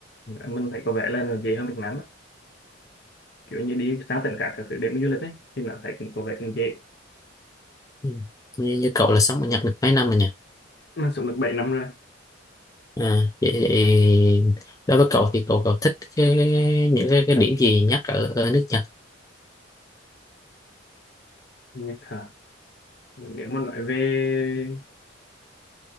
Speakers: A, on the left (about 60°); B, on the left (about 20°).
A: mình thấy có vẻ là nó dễ hơn Việt Nam á. kiểu như đi sang tỉnh khác các thứ để mà du lịch ấy thì nó thấy cũng có vẻ cũng dễ
B: Ừ. như, như cậu là sống ở Nhật được mấy năm rồi nhỉ
A: mình sống được bảy năm rồi
B: à, vậy thì đối với cậu thì cậu cậu thích cái, những cái, cái điểm gì nhất ở ở nước Nhật
A: Nhật hả nếu mà nói về